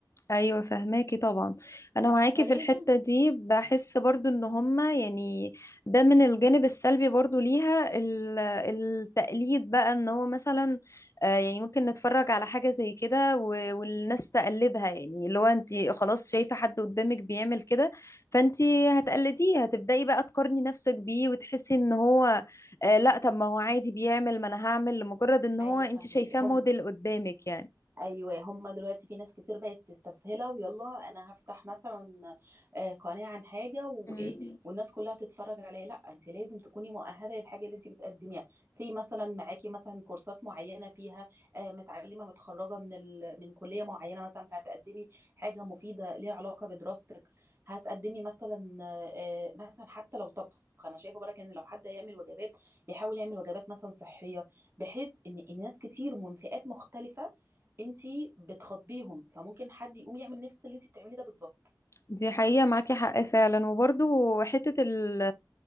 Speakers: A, on the left; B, on the right.
A: ايوه فهماكي طبعا انا معاكي
B: فلازم
A: في الحته دي بحس برضو ان هما يعني ده من الجانب السلبي برضو ليها ال- التقليد بقى ان هو مثلا آه، يعني ممكن نتفرج على حاجه زي كده و- والناس تقلدها يعني اللي هو انت خلاص شايفه حد قدامك بيعمل كده فانت هتقلديه هتبداي بقى تقارني نفسك بيه وتحسي ان هو آه، لا طب ما هو عادي بيعمل ما انا هعمل لمجرد ان هو
B: ايوه
A: انت
B: فاهمك
A: شايفاه
B: هم
A: موديل قدامك
B: ايوه هما دلوقتي في ناس كتير بقت تستسهلها ويلا انا هفتح مثلا آه، قناه عن حاجه وايه
A: يعني
B: والناس كلها تتفرج عليا لا انت لازم تكوني مؤهله للحاجه اللي انت بتقدميها سي مثلا معاكي مثلا كورسات معينه فيها آه، متعلمه متخرجه من ال... من كليه معينه مثلا فهتقدمي حاجه مفيده ليها علاقه بدراستك هتقدمي مثلا آه، آه، مثلا حتى لو طبخ انا شايفه برك ان لو حد هيعمل وجبات يحاول يعمل وجبات مثلا صحيه بحيث ان إن ناس كتير ومن فئات مختلفه انتي بتخاطبيهم فممكن حد يقوم يعمل نفس اللي انتي بتعمليه ده بالظبط
A: دي حقيقة معاكي حق فعلا وبرضو حتة ال